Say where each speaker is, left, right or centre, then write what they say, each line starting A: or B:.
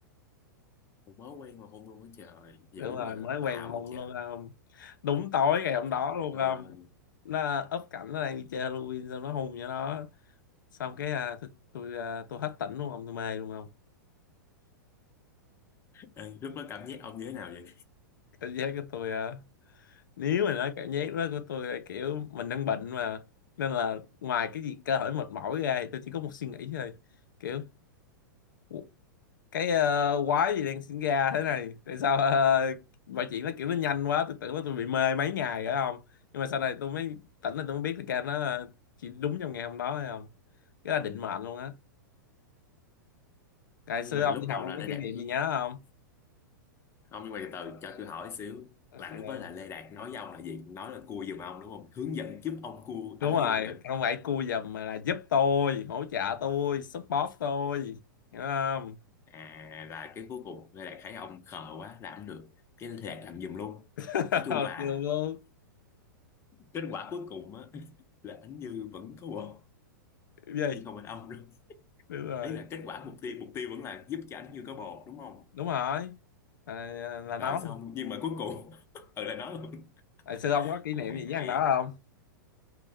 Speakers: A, on the left; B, on the left.
A: Ủa, mới quen mà hôn luôn á trời dữ
B: đúng rồi
A: à,
B: mới quen
A: bạo
B: mà hung
A: vậy trời
B: luôn không đúng tối ngày hôm
A: trời
B: đó luôn
A: đất
B: không
A: ơi
B: nó up cảnh nó đang đi chơi Halloween xong nó hung vậy đó xong cái à, tôi tôi à, tôi hết tỉnh luôn không tôi mê luôn không
A: Ê, lúc đó cảm giác ông như thế nào vậy
B: cảm giác của tôi à, nếu mà nói cảm giác đó của tôi là kiểu mình đang bệnh mà nên là ngoài cái gì cơ thể mệt mỏi ra thì tôi chỉ có một suy nghĩ thôi kiểu "Ủa, cái à, quái gì đang sinh ra thế này tại sao à, mọi chuyện nó kiểu nó nhanh quá tôi tưởng là tôi bị mê mấy ngày rồi không nhưng mà sau này tôi mới tỉnh là tôi mới biết là cái nó à, chỉ đúng trong ngày hôm đó thôi không cái là định mệnh luôn á ngày
A: nhưng
B: xưa
A: mà
B: ông
A: lúc
B: đi học
A: đầu
B: ông
A: là
B: có
A: Lê
B: kỷ
A: Đạt
B: niệm gì nhớ không
A: ông nhưng mà từ từ cho tôi hỏi xíu
B: ok
A: là lúc đó là Lê Đạt nói với ông là gì nói là cua giùm ông đúng không hướng dẫn giúp ông cua
B: đúng
A: Ánh
B: rồi
A: Như hả
B: không phải cua
A: Đúng
B: giùm
A: không?
B: mà là giúp tôi hỗ trợ tôi support tôi hiểu không
A: à là cái cuối cùng Lê Đạt thấy ông khờ quá làm không được cái Lê Đạt làm giùm luôn
B: <laughs>
A: nói chung là
B: ok luôn
A: kết quả cuối cùng á <laughs> là anh Như vẫn có bồ
B: Cái gì
A: nhưng không phải ông nữa
B: đúng rồi
A: ấy là kết quả mục tiêu mục tiêu vẫn là giúp cho anh Như có bồ đúng không
B: đúng rồi à, là nó
A: rồi xong nhưng mà cuối cùng <laughs> ừ là nó luôn
B: tại sư ông có kỷ niệm
A: thằng này
B: gì với
A: hay
B: thằng đó không